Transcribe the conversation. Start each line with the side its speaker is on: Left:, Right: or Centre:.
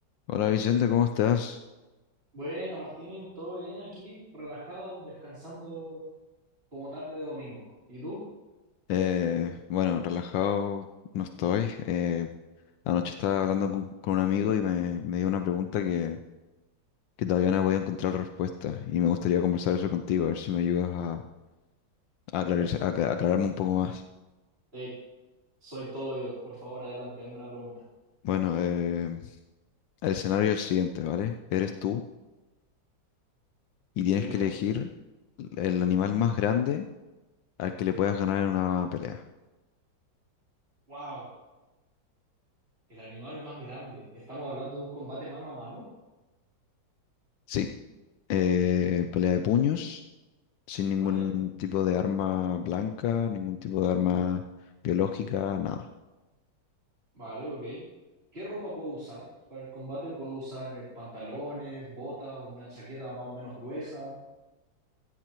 Left: Hola Vicente, ¿cómo estás?
Right: Bueno, Martín, todo bien aquí, relajado, descansando como tarde de domingo. ¿Y tú?
Left: Eh, bueno, relajado no estoy. Eh, anoche estaba hablando con, con un amigo y me, me dio una pregunta que, que todavía no voy a encontrar respuesta y me gustaría conversar eso contigo, a ver si me ayudas a, a aclarar- a acla- aclararme un poco más.
Right: Ey, soy todo oídos. Por favor, adelante, hazme la pregunta.
Left: Bueno, eh, el escenario es el siguiente, ¿vale? Eres tú y
Right: ¿Soy
Left: tienes
Right: yo?
Left: que elegir el animal más grande al que le puedas ganar en una pelea.
Right: ¡Wow! El animal más grande. Estamos hablando de un combate mano a mano,
Left: Sí, eh, pelea de puños sin ningún
Right: ¿vale?
Left: tipo de arma blanca, ningún tipo de arma biológica, nada.
Right: Vale, ok. ¿Qué ropa puedo usar para el combate? ¿Puedo usar eh, pantalones, botas, una chaqueta más o menos gruesa?